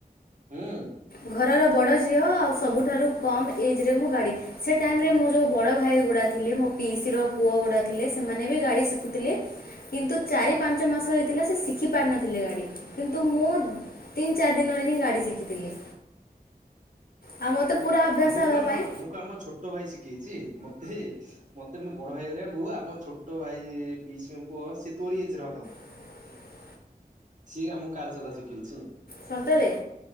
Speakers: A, on the right; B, on the left.
A: ହୁଁ।
B: ଘରର ବଡ଼ ଝିଅ ଆଉ ସବୁଠାରୁ କମ୍ ଏଜ୍ ରେ ମୁଁ ଗା଼ଡି ସେ ଟାଇମ ରେ ମୁ ଯୋଉ ବଡ଼ ଭାଇ ଗୁଡ଼ା ଥିଲେ ମୋ ପିଇସିର ପୁଅ ଗୁଡ଼ା ଥିଲେ ସେମାନେ ବି ଗାଡ଼ି ଶିଖୁଥିଲେ। କିନ୍ତୁ ଚାରି ପାଞ୍ଚ ମାସ ହେଇଥିଲା ସେ ଶିଖି ପାରିନଥିଲେ ଗାଡ଼ି କିନ୍ତୁ ମୁଁ ତିନି ଚାରି ଦିନରେ ହିଁ ଗାଡ଼ି ଶିଖିଥିଲି। ଆଉ ମୋତେ ପୁରା ଅଭ୍ୟାସ
A: ଆମକୁ
B: ହେବା
A: ଆମ
B: ପାଇଁ
A: ଆମକୁ ଆମ ଛୋଟ ଭାଇ ଶିଖେଇଛି ମତେ। ମତେ ମୋ ବଡ ଭାଇରାଙ୍କୁୁ ଆମ ଛୋଟ ଭାଇ ପିଇସି ଙ୍କ ପୁଅ ସି ତୋରି ଏଜ ର ହବ।
B: <inaudible>
A: ସିଏ ଆମକୁ କାର୍ ଚଲା ଶିଖେଇଛି।
B: ସତରେ?